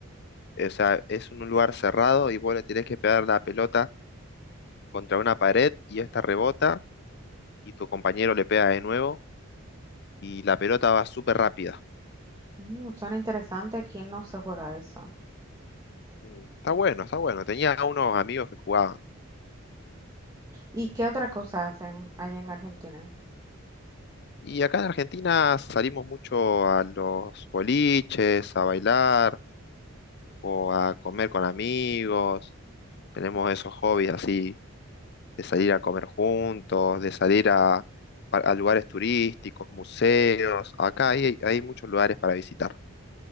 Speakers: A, on the left; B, on the right.
A: o sea, es en un lugar cerrado y vos le tenés que pegar la pelota contra una pared y esta rebota y tu compañero le pega de nuevo y la pelota va súper rápida.
B: Mm, suena interesante, aquí no se juega eso.
A: Mm, Está bueno, está bueno. Tenía unos amigos que jugaban.
B: ¿Y qué otra cosa hacen allá en Argentina?
A: Y acá en Argentina salimos mucho a los boliches, a bailar o a comer con amigos. Tenemos esos hobbies así de salir a comer juntos, de salir a, a- a lugares turísticos, museos. Acá hay, hay muchos lugares para visitar.